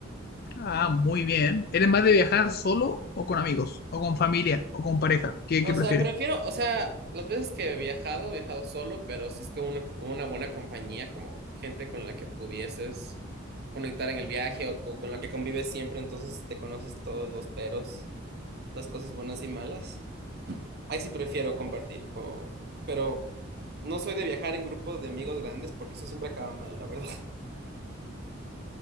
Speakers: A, on the left; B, on the right.
A: Ah, muy bien. ¿Eres más de viajar solo o con amigos? ¿O con familia? ¿O con pareja? ¿Qué,
B: O
A: qué prefieres?
B: sea, prefiero, o sea, las veces que he viajado, he viajado solo, pero si es con una, con una buena compañía, como gente con la que pudieses conectar en el viaje o co- con la que convives siempre, entonces te conoces todos los peros, las cosas buenas y malas. Ahí sí prefiero compartir, como- pero no soy de viajar en grupos de amigos grandes porque eso siempre acaba mal, la verdad. <laughs>